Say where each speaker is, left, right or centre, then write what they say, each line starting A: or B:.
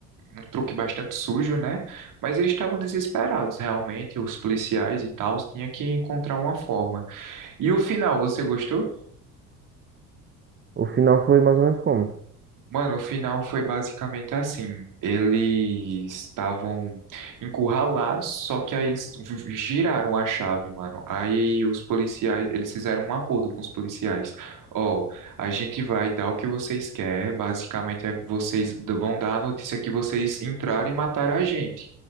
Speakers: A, on the right; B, on the right.
A: um truque bastante sujo, né? Mas eles estavam desesperados, realmente, os policiais e tal, tinha que encontrar uma forma. E o final, você gostou?
B: o final foi mais ou menos como.
A: Mano, o final foi basicamente assim. Eles estavam encurralados, só que aí eles vi- giraram a chave, mano. Aí os policiais, eles fizeram um acordo com os policiais. Ó, a gente vai dar o que vocês querem, basicamente é que vocês d- vão dar a notícia que vocês entraram e mataram a gente.